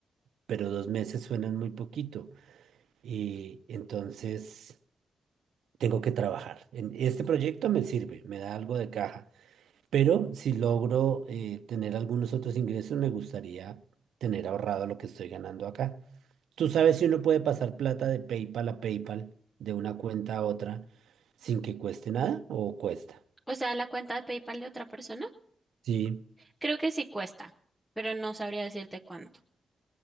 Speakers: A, on the right (about 85°); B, in the centre.
A: pero dos meses suenan muy poquito. Y entonces tengo que trabajar. En este proyecto me sirve, me da algo de caja, pero si logro eh, tener algunos otros ingresos, me gustaría tener ahorrado lo que estoy ganando acá. Tú sabes si uno puede pasar plata de PayPal a PayPal, de una cuenta a otra, sin que cueste nada o cuesta.
B: O sea, la cuenta de PayPal de otra persona.
A: Sí,
B: Creo que sí cuesta, pero no sabría decirte cuánto.